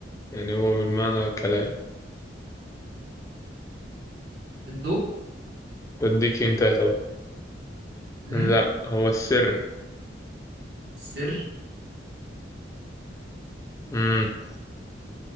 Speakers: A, on the left (about 15°); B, on the right (about 60°).
A: يعني هو بالمعنى كلام
B: الضوء
A: بديك انت اهو
B: مم،
A: لا هو السر
B: السر
A: امم